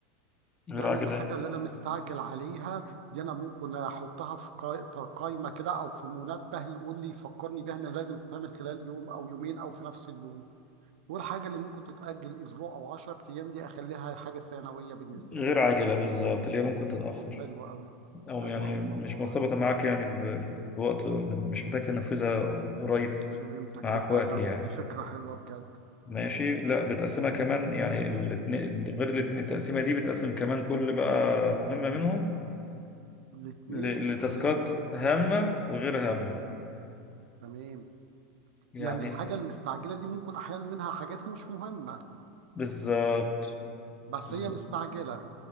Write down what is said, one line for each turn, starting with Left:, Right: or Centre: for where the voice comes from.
Left: غير
Right: يعني
Left: عاجلة
Right: الحاجه اللي انا مستعجل عليها دي انا ممكن احطها في قا- قائمه كده او في منبه يقول لي يفكرني بيها انها لازم تتعمل خلال يوم او يومين او في نفس اليوم والحاجة اللي ممكن تتأجل أسبوع أو 10 أيام دي أخليها حاجة ثانوية بالنسبة
Left: غير
Right: لي
Left: عاجلة بالظبط اللي هي ممكن
Right: مم.
Left: تتأخر
Right: حلو أوي
Left: او
Right: حلو
Left: يعني
Right: أوي
Left: مش
Right: الموضوع
Left: مرتبطة
Right: ده
Left: معاك يعني ب- بوقت مش محتاج تنفذها قريب
Right: فهمتك
Left: معاك
Right: دي هذا
Left: وقت يعني
Right: دي فكرة حلوة بجد
Left: ماشي لا بتقسمها كمان يعني
Right: دي
Left: الاتنين
Right: جميل
Left: غير الاتنين التقسيمة دي بتقسم كمان كل بقى مهمة منهم
Right: الاتنين
Left: ل- لتاسكات
Right: زي ما أنت ما بتقول
Left: هامة
Right: كده
Left: وغير هامة
Right: تمام
Left: يعني
Right: يعني الحاجة المستعجلة دي ممكن أحيانا منها حاجات مش مهمة
Left: بالظبط
Right: بس
Left: بالظبط.
Right: هي مستعجلة